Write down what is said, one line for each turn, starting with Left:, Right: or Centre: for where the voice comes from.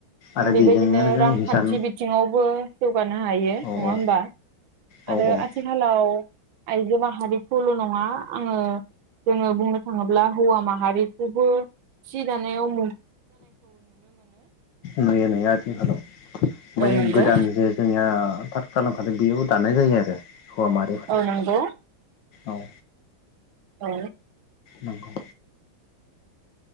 Right: जों
Left: आरो
Right: बेबायदिनो
Left: बेजोंनो जों
Right: रांखान्थि
Left: हिसान
Right: बिथिङावबो जौगानो हायो
Left: औ
Right: नङा
Left: औ
Right: होमबा।
Left: औ
Right: आरो
Left: औ
Right: आथिखालाव आइजो माहारिखौल' नङा आङो जोङो बुंनो थाङोब्ला हौवा माहारिखौबो सि दानायाव मु
Left: नुयो नुयो आथिखालाव
Right: औ
Left: बै
Right: नंगौ
Left: गोदान जे जोंनिया थार खालामखादों बेयाव दानाय जायो आरो हौवा माहारिफोरा
Right: औ नंगौ
Left: औ।
Right: औ।
Left: नंगौ।